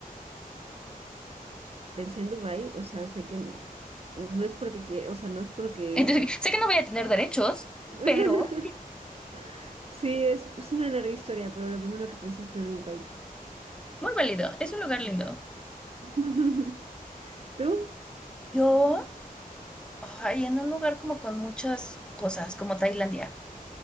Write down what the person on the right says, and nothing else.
pensé en Dubái, o sea, sé que no es porque, quie- o sea, no es porque...
<laughs>
Sí, es, es una larga historia, pero lo primero que pensé fue Dubai.
<laughs> ¿Tú?